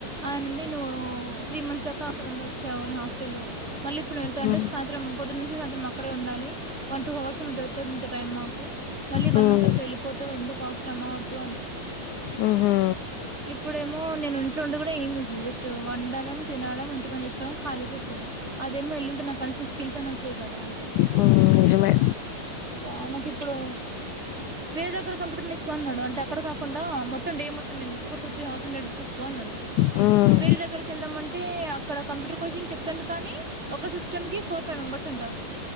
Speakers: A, on the right (about 80°); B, on the left (about 85°).
A: ఆయనుండి నువ్వు త్రీ మంత్స్ దాకా అక్కడుండచ్చావు హస్టల్లో మళ్ళీ ఇప్పుడు ఎళ్తాంటే
B: హ్మ్
A: సాయంత్రం పొదునుంచి సాయంత్రం అక్కడే ఉండాలి వన్ టూ అవర్స్ దొరుకుతది నీతో టైమ్ మాకు మళ్ళీ
B: హ్మ్
A: వన్ మంత్ తర్వాత వెళ్ళిపోతవ్ ఎందుకు అవస రమ వద్దు అన్నారు
B: ఊహూ
A: ఇప్పుడేమో నేను ఇంట్లో ఉండి కూడా ఏం <unintelligible> జస్ట్ వండడం తినడం ఇంటి పని చేసుకోవడం ఖాళీ కూర్చోడం అదేమో ఎల్లుంటే నాకు కనీసం స్కిల్స్ అన్నా వచ్చేయి కదా
B: హ్మ్ నిజమే
A: అబ్బా నాకి ఇప్పుడు వేరే దగ్గర కంప్యూటర్ నేర్చుకో అన్నాడు అంటే అక్కడ కాకుండా మొత్తండి మొత్తం ఎందుకు ఒక టూ త్రీ హవర్స్ ఉండేట్టు చూసుకో అన్నాడు
B: హ్మ్
A: వేరె దగ్గర వెళ్దామంటే అక్కడ కంప్యూటర్ కోచింగ్ చెప్తాండు కానీ ఒక సిస్టమ్ కి ఫోర్ ఫైవ్ మెంబర్స్ అంట